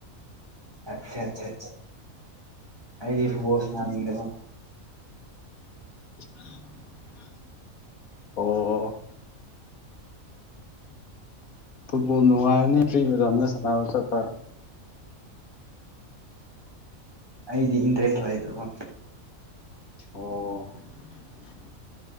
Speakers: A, on the right (about 15°); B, on the left (about 85°).
A: ꯑꯆꯥꯦ ꯑꯆꯥ ꯑꯩꯗꯤ ꯐꯕꯣꯁꯅꯥꯅꯤꯡꯒꯗꯣ
B: ꯑ ꯑꯣ ꯐꯨꯠꯕꯣꯜ ꯅꯨꯡꯉꯥꯏꯔꯅꯤ ꯐ꯭ꯔꯤ ꯃꯦꯗꯥꯝꯅ ꯁꯥꯟꯅꯕ ꯆꯠꯄ
A: ꯑꯩꯗꯤ ꯏꯟꯇꯔꯦꯁ ꯑꯣꯏꯗꯕ
B: ꯑꯣ